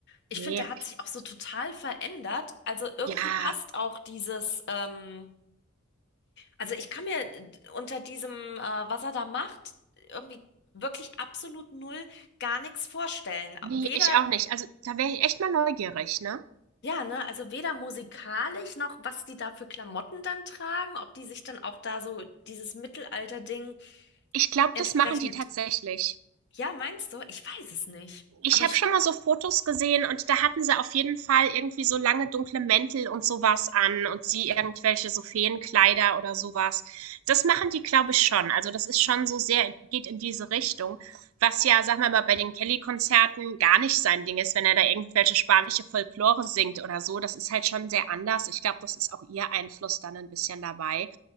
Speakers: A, on the left; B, on the right.
A: Ich
B: Nee,
A: finde, der hat sich auch so total verändert. Also irgendwie
B: ja,
A: passt auch dieses, ähm, also ich kann mir äh, unter diesem, äh, was er da macht, irgendwie wirklich absolut null gar nichts vorstellen.
B: nee,
A: Weder,
B: ich auch nicht. Also da wäre ich echt mal neugierig, ne?
A: ja, ne, also weder musikalisch noch, was die da für Klamotten dann tragen, ob die sich dann auch da so dieses Mittelalter-Ding
B: Ich glaube,
A: entsprechend
B: das machen die tatsächlich.
A: Ja, meinst du? Ich weiß es nicht.
B: Ich
A: Aber
B: habe
A: ich.
B: schon mal so Fotos gesehen und da hatten sie auf jeden Fall irgendwie so lange dunkle Mäntel und sowas an und sie irgendwelche so Feenkleider oder sowas. Das machen die, glaube ich, schon. Also das ist schon so sehr geht in diese Richtung, was ja, sag wir mal, bei den Kelly-Konzerten gar nicht sein Ding ist, wenn er da irgendwelche spanische Folklore singt oder so. Das ist halt schon sehr anders. Ich glaube, das ist auch ihr Einfluss dann ein bisschen dabei.